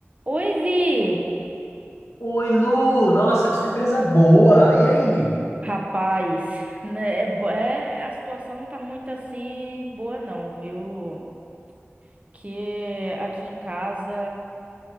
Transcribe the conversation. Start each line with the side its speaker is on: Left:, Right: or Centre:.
Right: Oi, Vi!
Left: Oi, Lu! Nossa, que surpresa boa! E aí?
Right: Rapaz, né, é, bo- é- a situação não tá muito assim boa não, viu? Que aqui em casa,